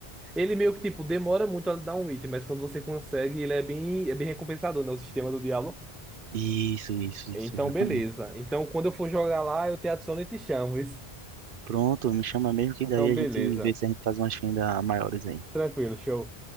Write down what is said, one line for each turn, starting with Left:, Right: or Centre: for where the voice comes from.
Centre: Ele meio que, tipo, demora muito a dar um item, mas quando você consegue, ele é bem, é bem recompensador, né? O sistema do Diablo.
Right: Isso, isso, isso,
Centre: Então,
Right: exatamente.
Centre: beleza. Então, quando eu for jogar lá, eu te adiciono e te chamo. isso.
Right: Pronto, me chama mesmo que daí
Centre: Então,
Right: a
Centre: beleza.
Right: gente vê se a gente faz umas fendas maiores aí.
Centre: Tranquilo, show.